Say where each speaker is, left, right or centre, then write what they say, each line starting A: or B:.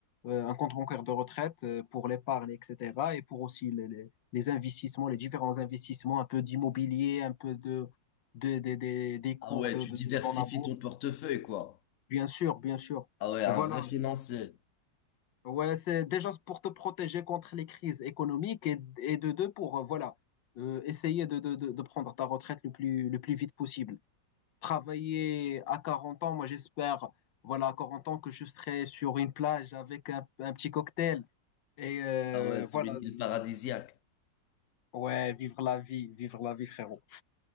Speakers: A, on the left (about 80°); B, on the left (about 60°).
A: euh, un compte bancaire de retraite euh, pour l'épargne, etc. Et pour aussi les, les, les investissements, les différents investissements, un peu d'immobilier, un peu de, de, de- de- des cours
B: Ah ouais,
A: de,
B: tu
A: de-
B: diversifies
A: de- dans la bourse.
B: ton portefeuille, quoi.
A: Bien sûr, bien sûr.
B: Ah ouais, un
A: Et voilà.
B: vrai financier.
A: Ouais, c'est déjà pour te protéger contre les crises économiques et, et de deux pour euh, voilà euh, essayer de, de, de, de prendre ta retraite le plus, le plus vite possible. Travailler à 40 ans, moi j'espère, voilà, à 40 ans que je serai sur une plage avec un, un petit cocktail et euh,
B: Ah ouais, sur
A: voilà.
B: une
A: euh,
B: île paradisiaque.
A: Ouais, vivre la vie, vivre la vie, frérot.